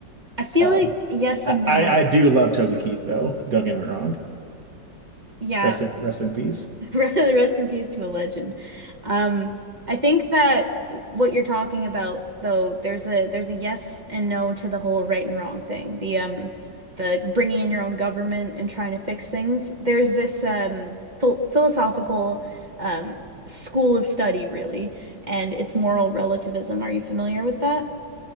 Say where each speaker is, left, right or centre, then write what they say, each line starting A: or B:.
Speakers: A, on the right; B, on the right.
A: I feel
B: Uh,
A: like yes
B: I,
A: and no.
B: I I do love Toby Keith though, don't get me wrong.
A: Yeah,
B: Rest in, rest in peace.
A: <laughs> Rest in peace to a legend. Um, I think that what you're talking about, though, there's a there's a yes and no to the whole right and wrong thing. The um, the bringing in your own government and trying to fix things. There's this um phil philosophical um school of study, really, and it's moral relativism. Are you familiar with that?